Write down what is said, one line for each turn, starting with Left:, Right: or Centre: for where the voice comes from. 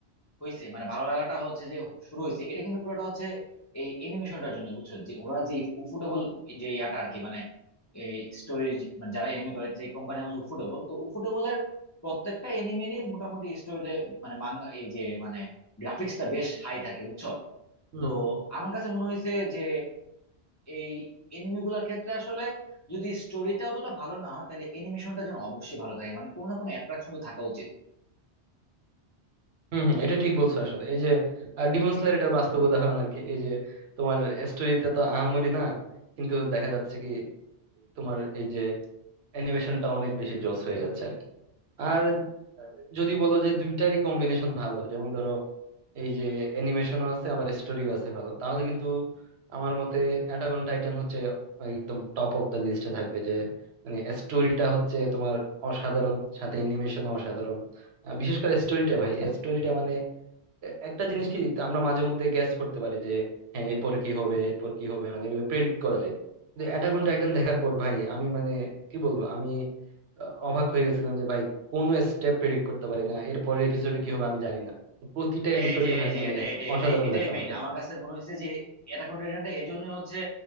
Left: হয়েছে মানে ভালো লাগাটা হচ্ছে যে শুরু হয়েছে এটা কিন্তু পুরোটা হচ্ছে এই অ্যানিমেশনটার জন্য বুঝছো যে ওরা যে উফুটেবল যে ইয়াটা আর কি মানে এই স্টোরি মানে যারা এনিমি করে যে কোম্পানির হচ্ছে উফুটেবল তো উফুটেবলের প্রত্যেকটা এনিমেরই মোটামুটি স্টোরিতে মানে মাঙ্গা এই যে মানে গ্রাফিক্সটা বেশ হাই থাকে বুঝছো
Right: হুম
Left: তো আমার কাছে মনে হয়েছে যে এই এনিমি গুলার ক্ষেত্রে আসলে যদি স্টোরিটা অতটা ভালো না হয় তাহলে অ্যানিমেশনটা যেন অবশ্যই ভালো থাকে মানে কোনো না কোনো অ্যাট্রাকশন তো থাকা উচিত
Right: হম হম এটা ঠিক বলছো আসলে এই যে ডিমন স্লেয়ার এটার বাস্তব উদাহরণ আর কি এই যে তোমার স্টোরিতে তো আহামরি না কিন্তু দেখা যাচ্ছে কি তোমার এই যে অ্যানিমেশনটা অনেক বেশি জোস হয়ে যাচ্ছে আর কি আর যদি বলো যে দুইটারই কম্বিনেশন ভালো যেমন ধরো এই যে অ্যানিমেশনও আছে আবার স্টোরিও আছে ভালো তাহলে কিন্তু আমার মতে অ্যাটাক অন টাইটান হচ্ছে একদম টপ অফ দ্য লিস্টে থাকবে যে মানে স্টোরিটা হচ্ছে তোমার অসাধারণ সাথে অ্যানিমেশনও অসাধারণ আহ, বিশেষ করে স্টোরিটা ভাই স্টোরিটা মানে এ- একটা জিনিস কি আমরা মাঝে মধ্যে গ্যাস করতে পারি যে হ্যাঁ এরপরে কি হবে এরপর কি হবে মানে প্রেডিক্ট করা যায় কিন্তু অ্যাটাক অন টাইটান দেখার পর ভাই আমি মানে কি বলবো আমি আহ, অবাক হয়ে গেছিলাম যে ভাই কোনো স্টেপ প্রেডিক্ট করতে পারি না এরপর এপিসোডে কি হবে আমি জানি না প্রতিটা এপিসোডই
Left: এই যে
Right: ভাই
Left: এই যে
Right: মানে
Left: এটা এটা
Right: অসাধারণ
Left: এটাই এটাই
Right: লাগছে
Left: মেইন
Right: আমার কাছে
Left: আমার কাছে মনে হয়েছে যে অ্যাটাক অন টাইটানটা এজন্যই হচ্ছে